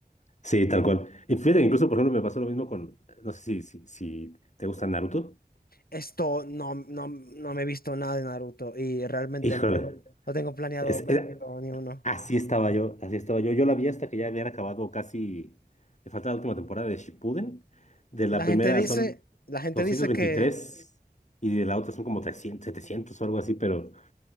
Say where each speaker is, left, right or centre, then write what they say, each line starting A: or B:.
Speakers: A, on the left; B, on the left.
A: sí, tal cual. Y fíjate, que incluso, por ejemplo, me pasó lo mismo con, no sé si, si, si te gusta Naruto.
B: Esto no, no, no me he visto nada de Naruto y realmente
A: Híjole,
B: no tengo, no tengo planeado
A: es,
B: vérmelo
A: era-
B: ni uno.
A: así estaba yo, así estaba yo. Yo la vi hasta que ya habían acabado casi, le faltaba la última temporada de Shippuden. De la
B: La
A: primera
B: gente dice,
A: son
B: la gente
A: doscientos
B: dice
A: veintitrés
B: que
A: y de la otra son como 300 700 o algo así, pero,